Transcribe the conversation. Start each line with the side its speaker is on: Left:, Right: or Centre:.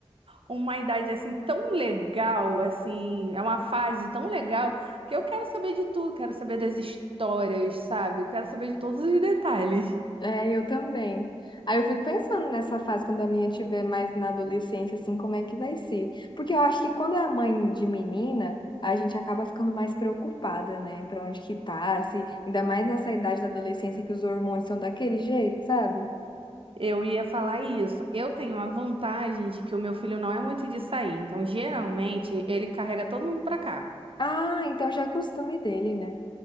Right: uma idade assim tão legal, assim, é uma fase tão legal que eu quero saber de tudo, quero saber das histórias, sabe? Eu quero saber de todos os detalhes.
Left: É, eu também. Aí eu fico pensando nessa fase, quando a minha tiver mais na adolescência, assim, como é que vai ser? Porque eu acho que quando é mãe de menina, a gente acaba ficando mais preocupada, né? Pra onde que tá, se... Ainda mais nessa idade da adolescência que os hormônios são daquele jeito, sabe?
Right: Eu ia falar isso. Eu tenho a vantagem de que o meu filho não é muito de sair, então geralmente ele carrega todo mundo pra cá.
Left: Ah, então já é costume dele, né?